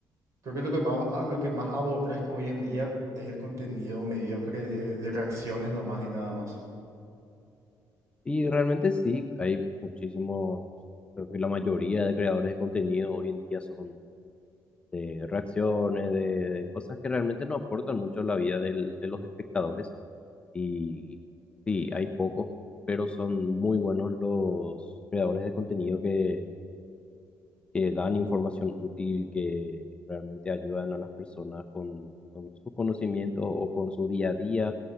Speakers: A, on the right; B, on the left.
A: Creo que lo que más, a- lo que más aborrezco hoy en día es el contenido mediocre de, de reacciones nomás y nada más.
B: Y realmente sí, hay muchísimos, creo que la mayoría de creadores de contenido hoy en día son de reacciones, de, de cosas que realmente no aportan mucho a la vida del- de los espectadores Y sí, hay pocos, pero son muy buenos los creadores de contenido que, que dan información útil, que realmente ayudan a las personas con, con sus conocimientos o con su día a día.